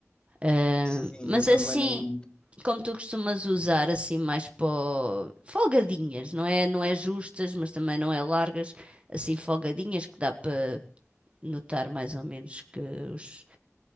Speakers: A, on the right; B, on the left.
A: Ah,
B: Sim,
A: mas
B: eu também
A: assim,
B: não.
A: como tu costumas usar, assim, mais para o- folgadinhas, não é, não é justas, mas também não é largas, assim, folgadinhas que dá para notar mais ou menos que os-